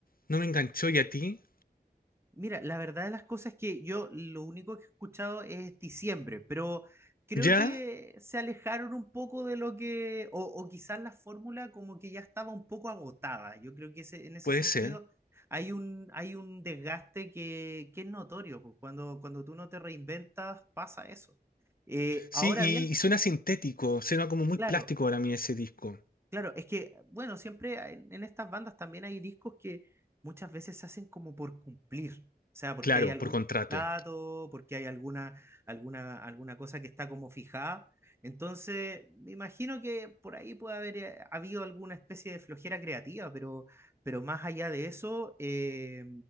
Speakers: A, on the left (about 60°); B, on the right (about 15°).
A: No me enganchó. ¿Y a ti?
B: Mira, la verdad de las cosas es que yo lo único que he escuchado es diciembre, pero creo
A: ¿Ya?
B: que se alejaron un poco de lo que, o, o quizás la fórmula como que ya estaba un poco agotada. Yo creo que ese- en ese
A: Puede
B: sentido
A: ser.
B: hay un, hay un desgaste que, que es notorio, pues, cuando, cuando tú no te reinventas pasa eso. Eh,
A: Sí,
B: ahora
A: y,
B: bien,
A: y suena sintético. Suena como muy
B: claro.
A: plástico para mí ese disco.
B: Claro, es que, bueno, siempre hay- en, estas bandas también hay discos que muchas veces se hacen como por cumplir, o sea, porque
A: Claro,
B: hay algún
A: por contrato.
B: dato, porque hay alguna, alguna, alguna cosa que está como fijada. Entonces, me imagino que por ahí puede haber eh, habido alguna especie de flojera creativa, pero, pero más allá de eso, eh,